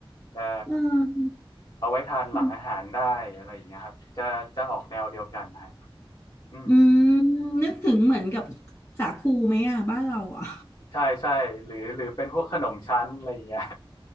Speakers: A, on the left; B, on the left.
A: เอ่อ
B: เออ
A: เอาไว้ทานหลังอาหารได้อะไรอย่างเงี้ยครับจะจะออกแนวเดียวกันฮะ
B: มัน
A: อืม
B: อืมนึกถึงเหมือนกับสาคูไหมอะบ้านเราอะ
A: ใช่ใช่หรือหรือเป็นพวกขนมชั้นอะไรอย่างเงี้ย